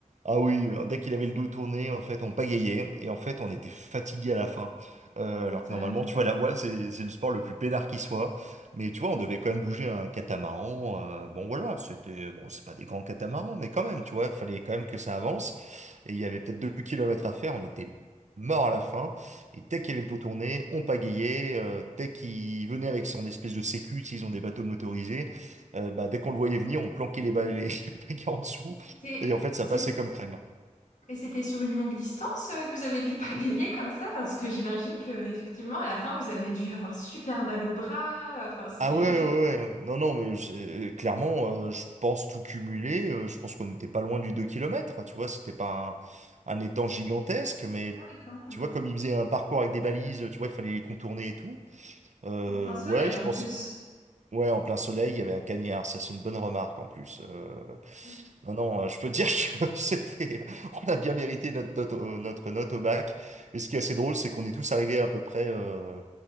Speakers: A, on the right; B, on the left.
A: Ah oui, euh, dès qu'il avait le dos tourné, en fait, on pagayait et en fait, on était fatigué à la fin. Euh,
B: Tu m'étonnes.
A: alors que normalement, tu vois, la voile, c'est c'est le sport le plus peinard qui soit. Mais tu vois, on devait quand même bouger un catamaran. euh, bon, voilà, c'était bon, c'est pas des grands catamarans, mais quand même, tu vois, fallait quand même que ça avance. Et il y avait peut-être deux kilomètres à faire. On était mort à la fin. Et dès qu'il avait le dos tourné, on pagayait. euh, dès qu'il venait avec son espèce de sécu, s'ils ont des bateaux motorisés, euh, bah, dès qu'on le voyait venir, on planquait les balais <laughs> les pagayes en dessous.
B: C'était,
A: Et en fait, ça
B: c'était,
A: passait comme crème.
B: mais c'était sur une longue distance, euh, que vous avez dû pagayer comme ça, parce que j'imagine que, effectivement, à la fin, vous avez dû avoir super mal au bras. Enfin, c'est,
A: Ah ouais, ouais, ouais. ouais. Non, non, mais j'ai- clairement, euh, je pense tout cumuler. euh, je pense qu'on n'était pas loin du deux kilomètres Tu vois, c'était pas un, un étang gigantesque, mais
B: ah oui, quand même.
A: tu vois, comme il faisait un parcours avec des balises, tu vois, il fallait les contourner et tout. Euh,
B: En plein soleil
A: ouais, je
B: en
A: pense.
B: plus.
A: Ouais, en plein soleil, il y avait un cagnard. Ça, c'est une bonne remarque en plus. Euh,
B: Mm.
A: Non, non, euh, je peux <laughs> te dire que <laughs> c'était. On a bien mérité notre note, au- notre note au bac. Et ce qui est assez drôle, c'est qu'on est tous arrivés à peu près. euh,